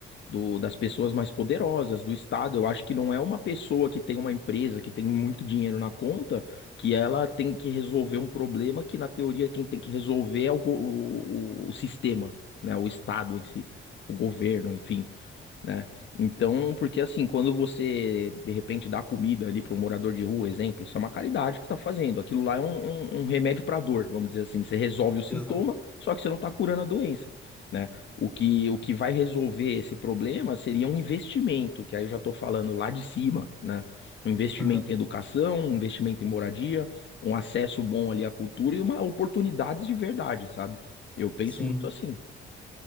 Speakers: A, on the left; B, in the centre.
A: do das pessoas mais poderosas, do Estado. Eu acho que não é uma pessoa que tem uma empresa que tem muito dinheiro na conta que ela tem que resolver um problema que na teoria quem tem que resolver é o, go- o, o o sistema, né? O Estado em si o governo, enfim. né? Então, porque assim, quando você de repente dá comida ali para um morador de rua, exemplo, isso é uma caridade que você está fazendo. Aquilo lá é um, um- um remédio para dor, vamos dizer assim. Você resolve o sintoma,
B: exato.
A: só que você não está curando a doença, né? O que, o que vai resolver esse problema seria um investimento, que aí eu já estou falando lá de cima, né? Um investimento
B: Uhum,
A: em educação, um investimento em moradia, um acesso bom ali à cultura e uma oportunidades de verdade, sabe? Eu penso
B: Sim.
A: muito assim.